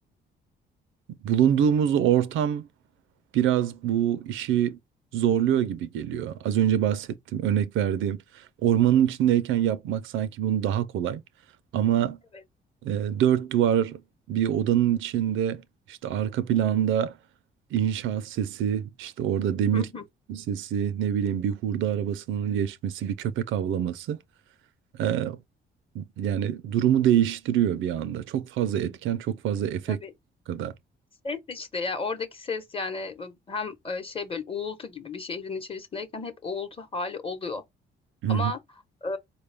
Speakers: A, on the right; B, on the left.
A: bulunduğumuz ortam biraz bu işi zorluyor gibi geliyor. Az önce bahsettim, örnek verdiğim ormanın içindeyken yapmak sanki bunu daha kolay. Ama
B: Evet.
A: e, dört duvar bir odanın içinde işte arka planda inşaat sesi, işte orada demir
B: Hı hı.
A: sesi, ne bileyim bir hurda arabasının geçmesi, bir köpek avlaması. e, yani durumu değiştiriyor bir anda. Çok fazla etken, çok fazla efekt
B: Tabii
A: kadar.
B: ses işte ya oradaki ses yani hem e, şey böyle uğultu gibi bir şehrin içerisindeyken hep uğultu hali oluyor.
A: Hı
B: Ama e,